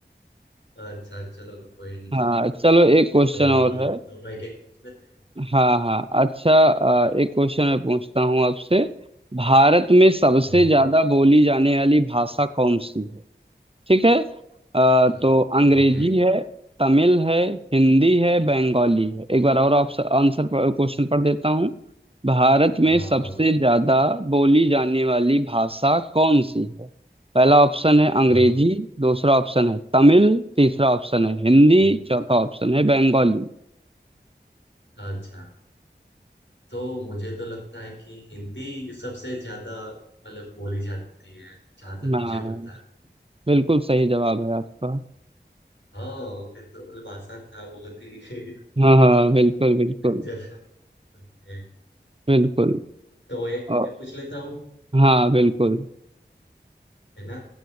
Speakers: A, on the left; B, on the right.
A: अच्छा चलो कोई नहीं चलो
B: हाँ चलो एक क्वेश्चन
A: तो अभी
B: और है
A: दोनों एक एक पूछ लेते हैं
B: हाँ हाँ अच्छा अ, एक क्वेश्चन मैं पूछता हूँ आपसे भारत में सबसे
A: हाँ,
B: ज्यादा बोली जाने वाली भाषा कौन सी है ठीक है अ,
A: अ,
B: तो अंग्रेजी
A: ओके
B: है तमिल है हिंदी है बंगाली है एक बार और ऑप्शन आंसर पर, क्वेश्चन पढ़ देता हूँ भारत
A: हाँ
B: में सबसे
A: हाँ
B: ज्यादा बोली जाने वाली भाषा कौन सी है पहला ऑप्शन है अंग्रेजी
A: हाँ
B: दूसरा ऑप्शन है तमिल तीसरा ऑप्शन है हिंदी
A: हम्म,
B: चौथा ऑप्शन है बंगाली
A: अच्छा तो मुझे तो लगता है कि हिंदी सबसे ज्यादा मतलब बोली जाती है जहां तक
B: हाँ
A: मुझे पता है
B: बिल्कुल सही जवाब है आपका
A: हाँ ये तो मतलब आसान था बहुत ही <laughs>
B: हाँ हाँ बिल्कुल बिल्कुल
A: चलो okay.
B: बिल्कुल
A: तो एक
B: और
A: मैं पूछ लेता हूँ
B: हाँ बिल्कुल
A: है ना